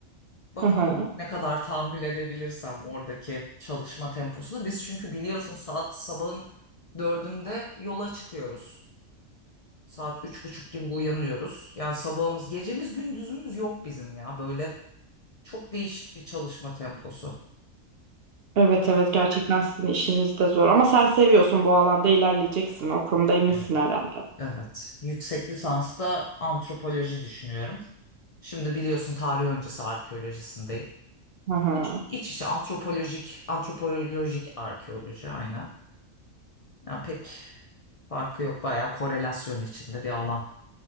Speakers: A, on the left (about 55°); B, on the right (about 55°).
A: Bakalım
B: Hı hı.
A: ne kadar tahammül edebilirsem oradaki çalışma temposunu. Biz çünkü biliyorsun saat sabahın dördünde yola çıkıyoruz. Saat üç buçuk gibi uyanıyoruz. Yani sabahımız, gecemiz, gündüzümüz yok bizim ya. Böyle çok değişik bir çalışma temposu.
B: Evet evet gerçekten sizin işiniz de zor ama sen seviyorsun bu alanda ilerleyeceksin. O konuda eminsin
A: Evet.
B: herhalde.
A: Evet. Yüksek lisansta antropoloji düşünüyorum. Şimdi biliyorsun tarih öncesi arkeolojisindeyim.
B: Hı hı.
A: Ama çok iç içe antropolojik, antropolojik arkeoloji aynen. Yani pek farkı yok. Bayağı korelasyon içinde bir alan.